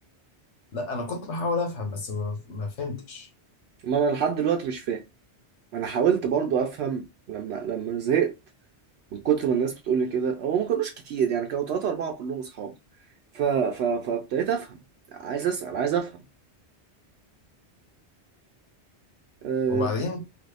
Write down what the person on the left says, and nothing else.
لا انا كنت بحاول افهم بس ما ما فهمتش
وبعدين